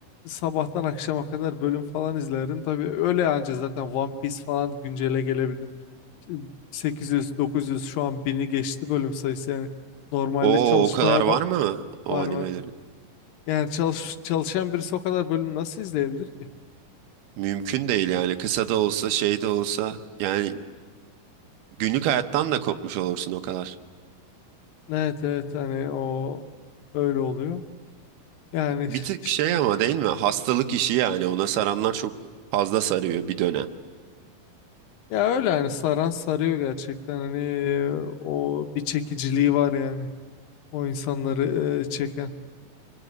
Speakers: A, on the left; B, on the right.
A: sabahtan akşama kadar bölüm falan izlerdim. Tabii öyle anca zaten One Piece falan güncele gelebildim. Şimdi 800, 900 şu an bini geçti bölüm sayısı yani. Normalde
B: O
A: çalışmaya
B: o kadar
A: ba-
B: var mı o
A: var
B: animelerin?
A: var. Yani çalış çalışan birisi o kadar bölüm nasıl izleyebilir ki?
B: Mümkün değil yani kısa da olsa şey de olsa yani günlük hayattan da kopmuş olursun o kadar.
A: Evet evet hani o öyle oluyor. Yani
B: Bir tık
A: işte-
B: şey ama değil mi? Hastalık işi yani ona saranlar çok fazla sarıyor bir dönem.
A: ya öyle hani saran sarıyor gerçekten hani o bir çekiciliği var yani. O insanları e, çeken.